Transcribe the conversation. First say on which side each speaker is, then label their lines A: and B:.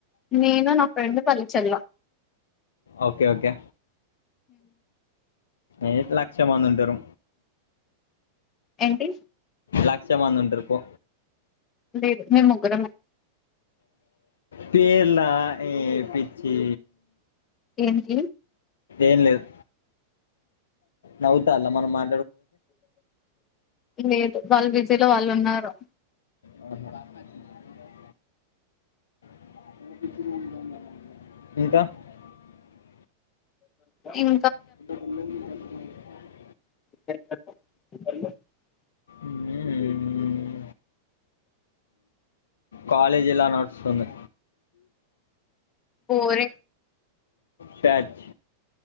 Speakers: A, on the left; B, on the left.
A: నేను నా ఫ్రెండ్ పల్లిచర్ల
B: ఓకే ఓకే ఏ లక్షం మంది ఉంటారు
A: ఏంటి
B: లక్షా మంది ఉంటారు పో
A: లేదు మేం ముగ్గరమే
B: పేర్లా ఏ పిచ్చే
A: ఎనికి
B: ఏం లేదు నవ్వుతాళ్ల మనం మా
A: లేదు వాళ్ళు బిజ్ లో వాళ్ళు ఉన్నారు
B: అహ చ్చ మ ఇంకా
A: ఇం
B: <inaudible>
A: <unintelligible>
B: ఉమ్మ్ కాలేజీ ఎలా నడుస్తుంది
A: కోరే
B: ఫ్యాచ్